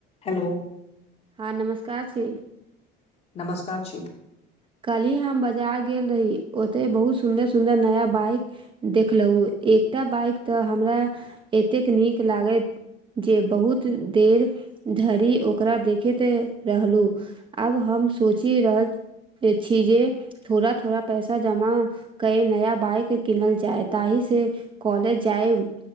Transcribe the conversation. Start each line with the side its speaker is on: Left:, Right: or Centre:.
Left: Hello.
Right: ह नमस्कार छी
Left: नमस्कार छै
Right: कल्हि हम बाजार गेल रही ओते बहुत सुंदर सुदर नया बाइ देखलहु एकटा बाइक त हमरा एतेक नीक लागैत जे बहुत देर धरि ओकरा देखैत रहलु आब हम सोचि रहल छी जे। थोड़ा थोड़ा पैसा जमा कए नया बाइक किनल जाय ताहि से कॉलेज जायब